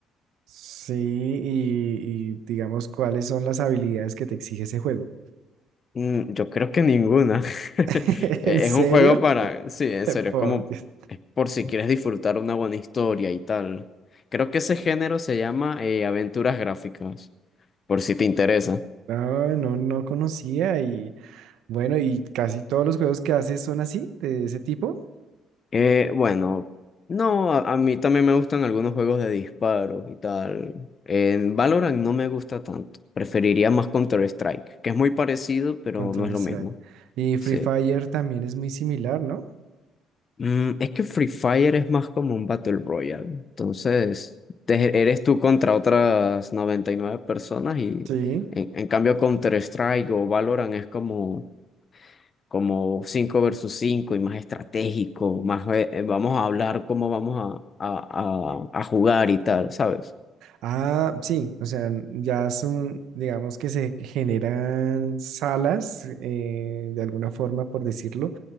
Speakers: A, on the right; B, on the left.
A: Sí, y, y digamos, ¿cuáles son las habilidades que te exige ese juego?
B: Mm, Yo creo que ninguna.
A: <laughs>
B: <laughs> E-
A: ¿En serio?
B: Es un juego para, sí, en
A: <laughs>
B: serio,
A: Por
B: es como,
A: Dios.
B: es por si quieres disfrutar una buena historia y tal. Creo que ese género se llama eh, aventuras gráficas, por si te interesa.
A: No, no, no conocía y bueno, y casi todos los juegos que haces son así, de ese tipo,
B: Eh, bueno, no, a, a mí también me gustan algunos juegos de disparos y tal. En Valorant no me gusta tanto, preferiría más Counter-Strike, que es muy parecido, pero
A: Counter-Strike.
B: no es lo mismo.
A: Y Free
B: sí.
A: Fire también es muy similar, ¿no?
B: Mm, es que Free Fire es más como un Battle Royale. Entonces, te- eres tú contra otras 99 personas y
A: Sí.
B: en, en cambio Counter-Strike o Valorant es como, como 5 versus 5 y más estratégico, más eh, eh, vamos a hablar cómo vamos a, a, a, a jugar y tal, ¿sabes?
A: Ah, sí, o sea, ya son, digamos que se generan salas, eh, de alguna forma, por decirlo,